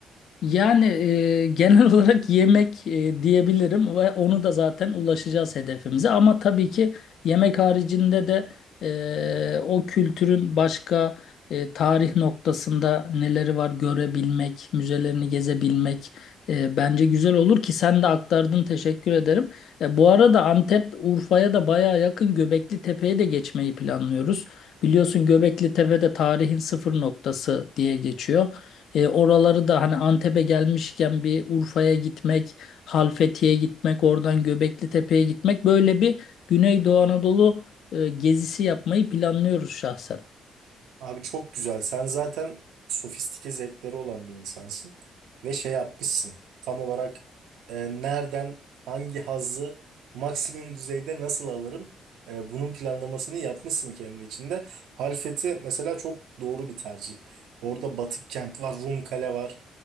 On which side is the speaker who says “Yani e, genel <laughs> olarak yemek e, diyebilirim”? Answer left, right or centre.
Left